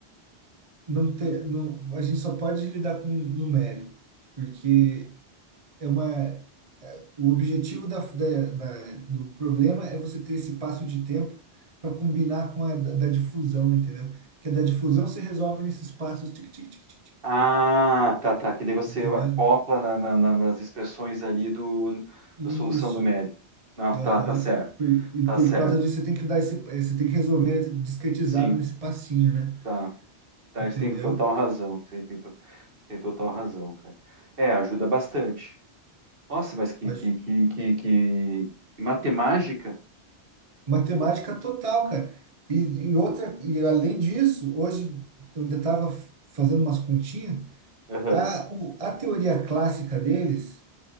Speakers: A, on the right; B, on the right.
A: não tem, não, a gente só pode lidar com numérico, porque é uma, é, o objetivo da, da, da- do problema é você ter esse passo de tempo para combinar com a da, da difusão, entendeu? Que a da difusão você resolve nesses passos, tic, tic, tic, tic, tic,
B: Ah, tá, tá. Que daí você
A: entendeu?
B: acopla na- na- na- nas expressões ali do,
A: Isso.
B: da solução numérica. Não,
A: Aham.
B: tá, tá certo.
A: Por, e
B: Tá
A: por
B: certo.
A: causa disso, você tem que dar esse, eh, você tem que resolver discretizado
B: Sim,
A: nesse passinho, né?
B: tá. Tá,
A: Entendeu?
B: você tem total razão. Você tem, to- você tem total razão, cara. É, ajuda bastante. Nossa, mas que,
A: A
B: que,
A: j-
B: que, que, que, que matemática.
A: matemática total, cara. E, e outra, e além disso, hoje eu ainda estava fazendo umas continhas.
B: Aham,
A: A, o- a teoria clássica deles,